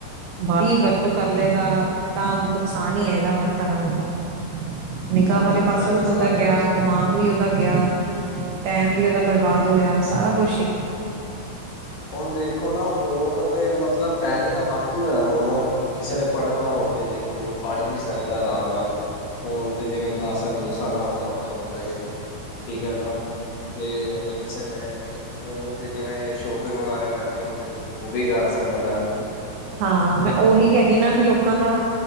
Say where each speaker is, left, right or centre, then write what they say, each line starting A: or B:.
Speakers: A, on the right; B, on the left.
A: ਕਿ ਵਰਤੋਂ ਕਰ ਲਏਗਾ ਤਾਂ ਨੁਕਸਾਨ ਹੀ ਹੈ ਇਹਦਾ ਹਰ ਤਰ੍ਹਾਂ ਦਾ। ਨਿਗਾਹ
B: ਉਹ
A: ਵਾਲੇ
B: ਤਾਂ
A: ਪਾਸੋਂ
B: ਹੈ ਜੀ
A: ਵੀ
B: ਸਾਰੇ
A: ਬੰਦਾ ਗਿਆ
B: ਪਾਸੇ
A: ਦਿਮਾਗ ਵੀ ਉਹਦਾ ਗਿਆ। ਟਾਈਮ ਵੀ ਉਹਦਾ ਬਰਬਾਦ
B: ਹਾਂਜੀ
A: ਹੋਇਆ ਸਾਰਾ ਕੁਛ ਹੀ।
B: ਹੁਣ ਦੇਖੋ ਨਾ ਫੋਨ ਦੇ ਮਤਲਬ ਫਾਇਦੇ ਤਾਂ ਵਾਧੂ ਹੈ ਹੁਣ। ਕਿਸੇ ਨੇ ਪੜ੍ਹਨਾ ਹੋਵੇ ਦੇਖੋ ਪੜ੍ਹ ਵੀ ਸਕਦਾ ਆਰਾਮ ਨਾਲ ਫੋਨ ਤੇ ਜਿਵੇਂ ਕਲਾਸਾਂ ਕਲੂਸ। ਲਾਉਣੀਆਂ ਹੋਵੇ ਔਨਲਾਈਨ ਠੀਕ ਹੈ ਨਾ ਅਤੇ ਹੁਣ ਕਿਸੇ ਨੇ ਉਹ। ਤੇ ਜਿਵੇਂ ਸ਼ੋਪਿੰਗ ਵਗੈਰਾ ਕਰਨੀ ਹੋਵੇ ਉਹ ਵੀ ਕਰ ਸਕਦਾ।
A: ਹਾਂ ਮੈਂ ਉਹੀ ਕਹਿ ਰਹੀ ਨਾ ਵੀ ਲੋਕਾਂ ਦਾ।